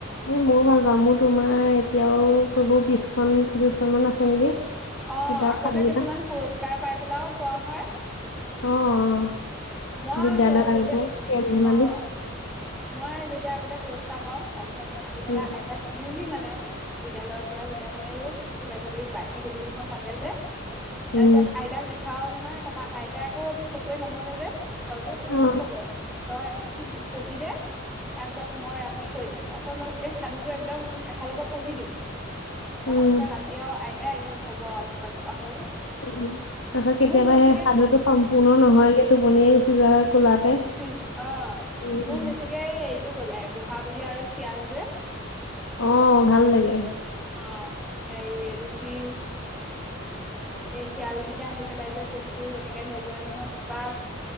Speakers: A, on the left; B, in the centre.
A: এ মইও ভাল পাওঁ মোৰ তোমাৰ এতিয়াও কবোৰ বিশখন-পঁচিশখন মান আছে নেকি।
B: অ',
A: কিতাপ
B: আকৌ
A: সাধু
B: যে
A: কিতাপ
B: কিছুমান পুৰস্কাৰ পাই পেলাইও পোৱা হয়।
A: অ',
B: মই
A: বিদ্যালয়ত আগতে
B: যদি
A: খেল ধেমালিত।
B: অ', মই এ যেতিয়া আগতে পুৰস্কাৰ পাওঁ, তাৰ পিছত আহি পেলাই
A: উম
B: আইতাক দিওঁহি মানে বিদ্যালয়ৰ পৰা যেতিয়া মানে ও কিবা কিবি বাৰ্ষিক অধিৱেশন পাতে যে তাৰছত
A: উম
B: আইতাক দেখাও নহয় তাৰপা আইতাই আকৌ এইবোৰ চকুৱে নমনে যে। আখৰবোৰ তাৰপৰা
A: অ
B: মোক কব, তই পঢ়ি দে তাৰপিছত মই ৰাতি কৈ দিম, তাৰপিছত মই গোটেই সাধুটো একদম এফালৰ পৰা পঢ়িহি দিওঁ।
A: উম
B: পঢ়া পিছত ৰাতি আও আইতাই একদম কব এনেকুৱা এনেকুৱা হল।
A: উ', তাৰ পিছত কেতিয়াবা
B: মোক বেছিকে
A: সেই সাধুতটো সম্পূৰ্ণ
B: অ
A: নহয়গে টোপনিয়ে গুচি যোৱা হয়। কোলাতে।
B: গুচি যো অ',
A: উম,
B: মোক বেছিকে এ-এইটো কলে বুঢ়া-বুঢ়ী আৰু শিয়াল যে।
A: অ', ভাল লাগে।
B: অ', সেই এইটো কি এ-এই শিয়ালকেইটা আহি পেলাই যে কচু এনেকে নোৰোৱে নহয় ককা